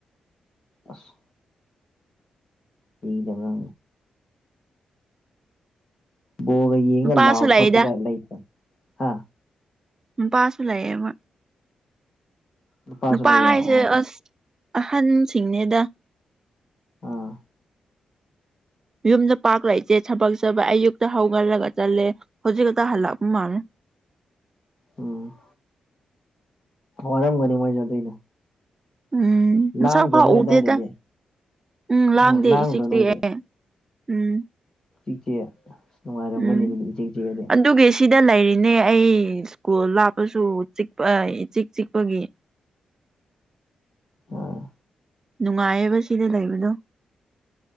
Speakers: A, on the left (about 25°); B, on the right (about 25°).
A: ꯑꯁ ꯀꯤꯗꯕ꯭ꯔ ꯕꯣꯜꯒ ꯌꯦꯡꯉ
B: ꯅꯨꯄꯥꯁꯨ
A: ꯂꯥꯎꯕ
B: ꯂꯩꯗ
A: ꯈꯣꯠꯄꯒ ꯂꯩꯇ꯭ꯔꯣ ꯍꯥ
B: ꯎꯝ ꯅꯨꯄꯥꯁꯨ ꯂꯩꯑꯦ ꯍꯣꯏ
A: ꯅꯨꯄꯥꯁꯨ
B: ꯅꯨꯄꯥ
A: ꯂꯩꯔꯦ
B: ꯍꯥꯏꯁꯦ
A: ꯑꯣ
B: ꯑꯁ ꯑꯍꯟꯁꯤꯡꯅꯦꯗ
A: ꯑꯥ
B: ꯌꯨꯝꯗ ꯄꯥꯛ ꯂꯩꯇꯦ ꯊꯕꯛ ꯆꯕ ꯑꯌꯨꯛꯇ ꯍꯧꯒꯠꯂꯒ ꯆꯠꯂꯦ ꯍꯧꯖꯤꯛ ꯈꯛꯇ ꯍꯜꯂꯛꯄ ꯃꯥꯜꯂꯦ
A: ꯎꯝ ꯋꯥꯔꯝꯒꯅꯤ ꯃꯣꯏꯁꯨ ꯑꯗꯨꯏꯅꯦ
B: ꯎꯝ ꯃꯁꯛ
A: ꯂꯥꯡꯗ꯭ꯔꯣ
B: ꯐꯥꯎ
A: ꯅꯣꯏ
B: ꯎꯗꯦꯗ
A: ꯑꯗꯥꯏꯗꯗꯤ
B: ꯎꯝ ꯂꯥꯝꯗꯦ
A: ꯑꯣ ꯂꯥꯡꯗ꯭ꯔꯣ
B: ꯏꯆꯤꯛ
A: ꯅꯣꯏꯗꯤ
B: ꯆꯤꯛꯑꯦ ꯎꯝ
A: ꯏꯆꯤꯛ ꯆꯨꯛꯑ ꯅꯨꯡꯉꯥꯏꯔꯝꯒꯅꯤ
B: ꯎꯝ
A: ꯑꯗꯨꯗꯤ ꯏꯆꯤꯛ ꯆꯤꯛꯑꯗꯤ
B: ꯑꯗꯨꯒꯤ ꯁꯤꯗ ꯂꯩꯔꯤꯅꯦ ꯑꯩ ꯁ꯭ꯀꯨꯜ ꯂꯥꯞꯄꯁꯨ ꯆꯤꯛꯄ ꯏꯆꯤꯛ ꯆꯤꯛꯄꯒꯤ
A: ꯑꫭ
B: ꯅꯨꯡꯉꯥꯏꯌꯦꯕ ꯁꯤꯗ ꯂꯩꯕꯗꯣ